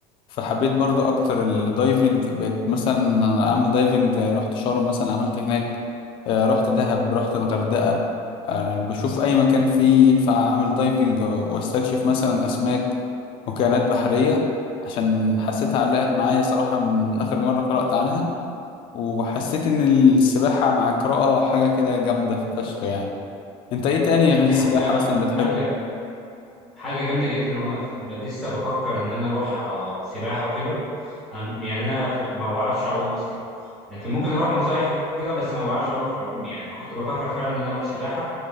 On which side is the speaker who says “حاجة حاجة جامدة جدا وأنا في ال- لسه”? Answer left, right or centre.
Centre